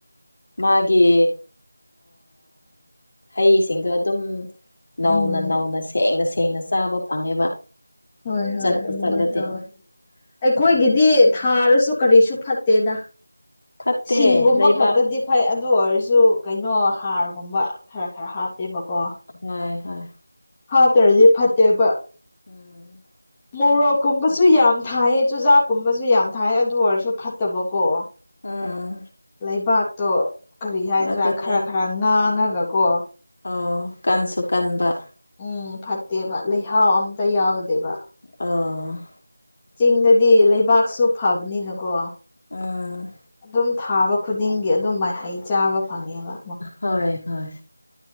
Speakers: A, on the left; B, on the left.
A: ꯃꯥꯒꯤ ꯍꯩꯁꯤꯡꯗꯣ ꯑꯗꯨꯝ ꯅꯧꯅ
B: ꯎꯝ
A: ꯅꯧꯅ ꯁꯦꯡꯅ ꯁꯦꯡꯅ ꯆꯥꯕ ꯐꯪꯉꯦꯕ
B: ꯍꯣꯏ ꯍꯣꯏ
A: ꯆꯠꯄꯨ
B: ꯑꯗꯨꯃꯥꯏꯅ
A: ꯆꯠꯂꯗꯤ
B: ꯇꯧꯋꯦ ꯑꯩꯈꯣꯏꯒꯤꯗꯤ
A: ꯎꯝ
B: ꯊꯥꯔꯁꯨ ꯀꯔꯤꯁꯨ ꯐꯠꯇꯦꯗ
A: ꯐꯠꯇꯦ
B: ꯁꯤꯡꯒꯨꯝꯕ
A: ꯂꯩꯕꯥꯛ
B: ꯈꯛꯇꯗꯤ ꯐꯩ ꯑꯗꯨ ꯑꯣꯏꯔꯁꯨ ꯀꯩꯅꯣ ꯍꯥꯔꯒꯨꯝꯕ ꯈꯔ ꯈꯔ ꯍꯥꯞꯄꯦꯕꯀꯣ
A: ꯍꯣꯏ ꯍꯣꯏ
B: ꯍꯥꯞꯇꯔꯗꯤ ꯐꯠꯇꯦꯕ
A: ꯎꯝ
B: ꯃꯣꯔꯣꯛꯀꯨꯝꯕꯁꯨ ꯌꯥꯝ ꯊꯥꯏꯌꯦ ꯆꯨꯖꯥꯛꯀꯨꯝꯕꯁꯨ ꯌꯥꯝ ꯊꯥꯏ ꯑꯗꯨ ꯑꯣꯏꯔꯁꯨ ꯐꯠꯇꯕꯀꯣ
A: ꯑꯥ
B: ꯂꯩꯕꯥꯛꯇꯣ ꯀꯔꯤ ꯍꯥꯏꯗ꯭ꯔꯥ
A: ꯑꯗꯨꯅꯦ
B: ꯈꯔ ꯈꯔ ꯉꯥꯡꯉꯒꯀꯣ
A: ꯑꯣ ꯀꯟꯁꯨ ꯀꯟꯕ
B: ꯎꯝ ꯐꯠꯇꯦꯕ ꯂꯩꯍꯥꯎ ꯑꯝꯇ ꯌꯥꯎꯗꯦꯕ
A: ꯑ
B: ꯆꯤꯡꯗꯗꯤ ꯂꯩꯕꯥꯛꯁꯨ ꯐꯕꯅꯤꯅꯀꯣ
A: ꯎꯝ
B: ꯑꯗꯨꯝ ꯊꯥꯕ ꯈꯨꯗꯤꯡꯒꯤ ꯑꯗꯨꯝ ꯃꯍꯩ ꯆꯥꯕ ꯐꯪꯉꯦꯕ
A: ꯍꯣꯏ ꯍꯣꯏ